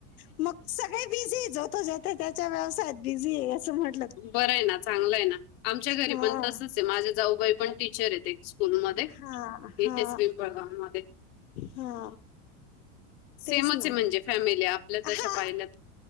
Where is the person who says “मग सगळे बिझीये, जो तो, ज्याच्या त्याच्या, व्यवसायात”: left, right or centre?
Left